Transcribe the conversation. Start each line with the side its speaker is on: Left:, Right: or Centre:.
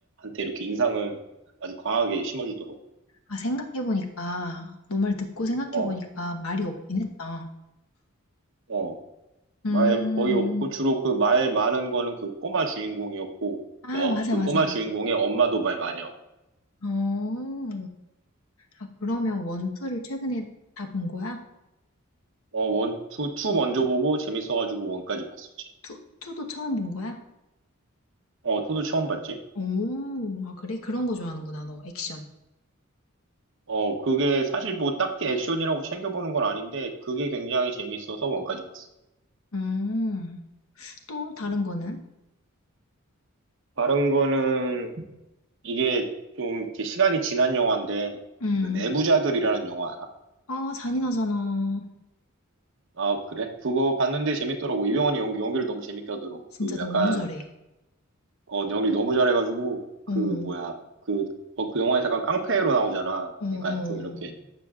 Right: 이렇게 인상을 아주 강하게 심어주더라고.
Left: 아, 생각해보니까, 너 말 듣고 생각해보니까
Right: 어,
Left: 말이 없긴 했다.
Right: 어.
Left: 음,
Right: 말 거의 없고, 주로 그 말 많은 거는 그 꼬마 주인공이었고,
Left: 아,
Right: 어,
Left: 맞아,
Right: 그
Left: 맞아.
Right: 꼬마 주인공의 엄마도 말 많이 하고.
Left: 어, 아, 그러면 원, 투를 최근에 다 본 거야?
Right: 어, 원, 투, 투 먼저 보고 재밌어가지고 원까지 봤었지.
Left: 투, 투도 처음 본 거야?
Right: 어, 투도 처음 봤지.
Left: 오, 아, 그래? 그런 거 좋아하는구나, 너, 액션.
Right: 어, 그게 사실 뭐 딱히 액션이라고 챙겨보는 건 아닌데, 그게 굉장히 재밌어서 원까지 봤어.
Left: 음. 또 다른
Right: 음.
Left: 거는?
Right: 다른 거는 이게 좀 이렇게 시간이 지난 영화인데
Left: 음.
Right: 그 내부자들이라는 영화 알아?
Left: 아, 잔인하잖아.
Right: 아 그래? 그거 봤는데 재밌더라고 이병헌이 연기 연기를 너무 재밌게 하더라고
Left: 진짜
Right: 그
Left: 너무
Right: 약간
Left: 잘해.
Right: 어 연기 너무 잘해가지고 그
Left: 어,
Right: 뭐야 그, 어, 그 영화에 잠깐 깡패로 나오잖아
Left: 어, 어.
Right: 그러니까 좀 이렇게,